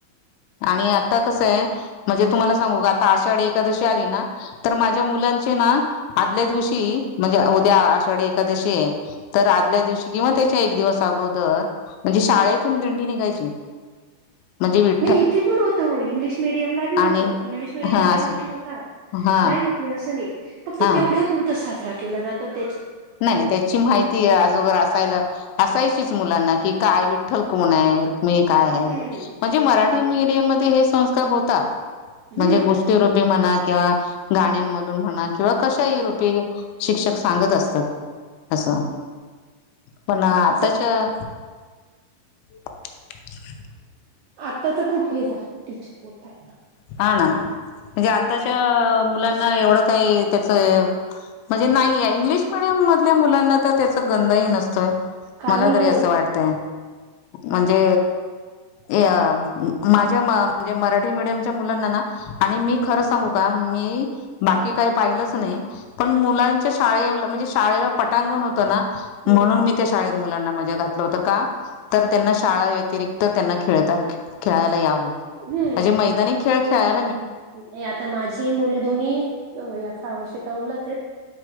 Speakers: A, on the left; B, on the right.
A: आणि आता कसं आहे म्हणजे तुम्हाला सांगू आता आषाढी एखादशी आली ना तर माझ्या मुलां ची ना आदल्या दिवशी म्हणजे उद्या आषाढी एकादशी तर आदल्या दिवशी किंवा त्याच्या एक दिवस अगोदर म्हणजे शाळेतून दिंडी निघायची म्हणजे वि
B: इथे पण होत हो इंग्लिश मिडियमला बी
A: आणि
B: होत इंग्लिश मिडियमला
A: हा
B: त्या
A: असे
B: गोष्टी होतात,
A: हा
B: नाही होत नाही असं नाही. फक्त
A: हा
B: तेवढ्या पुुरतं साजरा केला जातात.
A: नाही नाही त्याची माहिती अजोगर
B: नाही.
A: असायला असायचीच
B: हम्म
A: मुलांना कि काय विठ्ठल कोनाय? मी काय हाय
B: हम्म
A: म्हणजे मराठी मीडियम मध्ये हे संस्कार होतात.
B: हम्म
A: म्हणजे गोष्टीरूपी म्हणा किंवा गाण्यांमधून म्हणा किंवा कशा ही रूपी शिक्षक सांगत असतात. असं पण आताच्या
B: असं
A: <inaudible>
B: आत्ताच खूप हे झालय टीचर बोलतात ना
A: हा ना म्हणजे आताच्या मुलांना एवढं काही त्याच म्हणजे नाही इंग्लिश मिडियमधल्या मुलांना तर त्या च गंध ही नसतोय
B: काहीही
A: मला तरी
B: नाही.
A: असं वाटतय. म्हणजे ए अ माझ्या म म्हणजे मराठी मिडियमच्या मुलांना ना आणि मी खरं सांगू का मी बाकी काय पाहिलंच नाही. पण मुलांच्या शाळे म्हणजे शाळेला पटांगण होत ना
B: हम्म
A: म्हणून मी त्या शाळेत मुलांना माझ्या घातलं होत का? तर त्यांना शाळा व्यतिरिक्त त्यांना खेळता खेळायला यावं.
B: हम्म
A: म्हणजे मैदानी खेळ खेळा
B: नाही आता माझी मुलं दोन्ही या फ्रौनशिप दौलाचेत